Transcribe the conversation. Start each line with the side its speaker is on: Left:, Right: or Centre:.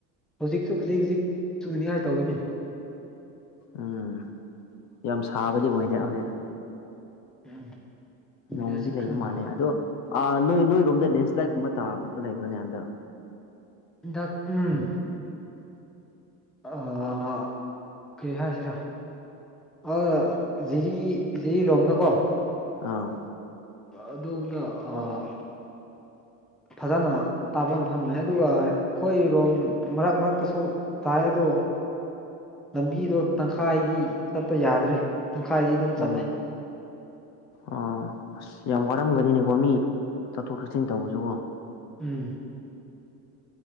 Centre: ꯍꯧꯖꯤꯛꯁꯨ ꯈꯖꯤꯛ ꯈꯖꯤꯛ ꯆꯨꯅꯤ ꯉꯥꯏ ꯇꯧꯏꯅꯦ
Left: ꯎꯝ ꯌꯥꯝ ꯁꯥꯕꯗꯤ ꯑꯣꯏꯗꯦ ꯍꯧꯖꯤꯛ
Centre: ꯎꯝ ꯋꯦꯗꯔꯁꯦ
Left: ꯅꯣꯡꯗꯤ ꯂꯩꯕ
Centre: ꯈꯔ ꯅꯨꯡꯉꯥꯏ
Left: ꯃꯥꯜꯂꯦ ꯑꯗꯣ ꯅꯣꯏ ꯅꯣꯏꯔꯣꯝꯗ ꯂꯦꯟꯁ꯭ꯂꯥꯏꯠꯀꯨꯝꯕ ꯇꯥꯕ ꯂꯩꯕ꯭ꯔꯅꯦ ꯍꯥꯟꯗꯛ
Centre: ꯗꯛ ꯎꯝ ꯑꯥ ꯀꯔꯤ ꯍꯥꯏꯁꯤꯔꯥ ꯑꯥ ꯖꯤꯔꯤ ꯖꯤꯔꯤꯔꯣꯝꯗꯀꯣ
Left: ꯑꯥ
Centre: ꯑꯗꯣꯝꯗ ꯑꯥ ꯐꯖꯅ ꯇꯥꯕ ꯃꯐꯝꯅꯦ ꯑꯗꯨꯒ ꯈꯣꯏꯔꯣꯝ ꯃꯔꯛ ꯃꯔꯛꯇꯁꯨ ꯇꯥꯏꯗꯣ ꯂꯝꯕꯤꯗꯣ ꯇꯪꯈꯥꯏꯗꯤ ꯆꯠꯄ ꯌꯥꯗ꯭ꯔꯦ ꯇꯪꯈꯥꯏꯗꯤ ꯑꯗꯨꯝ
Left: ꯎꯝ
Centre: ꯆꯠꯂꯦ
Left: ꯑꯣ ꯑꯁ ꯌꯥꯝ ꯋꯥꯔꯝꯒꯅꯤꯅꯦꯀꯣ ꯃꯤ ꯆꯠꯊꯣꯛ ꯆꯠꯁꯤꯟ ꯇꯧꯕꯁꯨꯀꯣ
Centre: ꯎꯝ